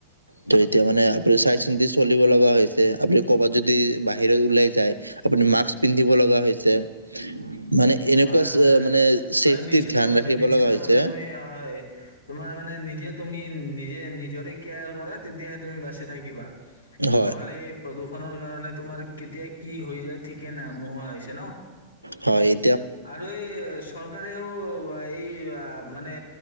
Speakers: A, on the right (about 85°); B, on the left (about 70°).
A: তো এতিয়া মানে আপুনি চাই চিন্তি চলিব লগা হৈছে। আপুনি ক'বাত যদি বাহিৰত ওলাই যায় আপুনি মাস্ক পিন্ধিবল'গা হৈছে। মানে এনেকুৱা
B: হয়
A: চ-
B: হয় স
A: মানে চেফটিৰ
B: হয় নিশ্চিত
A: ধ্যান
B: ভাৱে
A: ৰাখিব
B: নিশ্চিত
A: লগা হৈছে
B: ভাৱে তুমি হয় তোমাৰ মা মানে নিজে তুমি নিজে নিজৰে কেয়াৰ কৰা, তেতিয়াহে তুমি বাচি থাকিবা।
A: হয়
B: নহ'লে এই প্ৰদূষণৰ কাৰণে তোমাৰ কেতিয়া কি হৈ যায় ঠিকে ন নোহোৱা হৈছে ন?
A: হয় এই
B: আৰু এই চৰকাৰে এও এই মানে